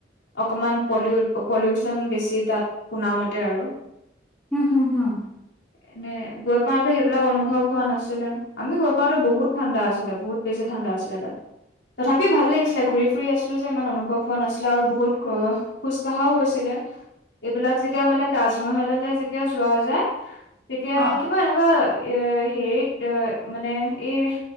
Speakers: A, on the left (about 85°); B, in the centre.
A: অকমান পলিউ পলিউচন বেছি তাত শুনামতে আৰু
B: উম হুম হুম
A: এনে গৈ পাওঁতে সেইবিলাক অনুভৱ হোৱা নাছিলে আমি গৈ পাওঁতে বহুত ঠাণ্ডা আছিলে বহুত বেছি ঠাণ্ডা আছিলে তাত তথাপিও ভাল লাগিছিলে ঘূৰি ফুৰি আছিলোঁ যে ইমান অনুভৱ হোৱা নাছিলে আৰু বহুত খোজ কাঢ়াও হৈছিলে এইবিলাক যেতিয়া মানে তাজমহললৈ যেতিয়া যোৱা যায় তেতিয়া
B: অ
A: কিবা এনেকুৱা এ হেৰিত এ মানে এই